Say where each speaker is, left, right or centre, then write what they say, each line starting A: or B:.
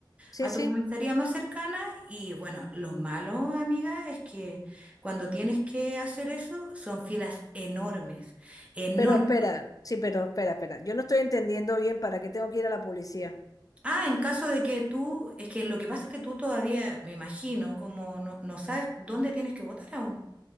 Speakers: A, on the left (about 45°); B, on the right (about 15°).
A: sí,
B: a
A: sí.
B: tu comisaría más cercana. Y bueno, lo malo, amiga, es que cuando tienes que hacer eso, son filas enormes, enormes
A: Pero espera, sí, pero espera, espera. Yo no estoy entendiendo bien para qué tengo que ir a la policía.
B: Ah, en caso de que tú, es que lo que pasa es que tú todavía, me imagino, como no, no sabes dónde tienes que votar aún.